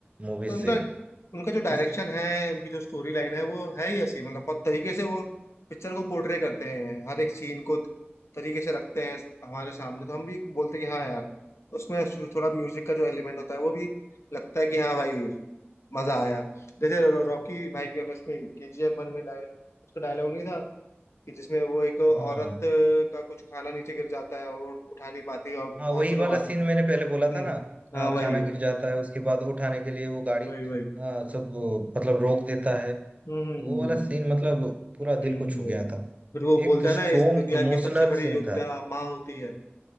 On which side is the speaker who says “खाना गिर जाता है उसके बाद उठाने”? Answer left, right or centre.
Right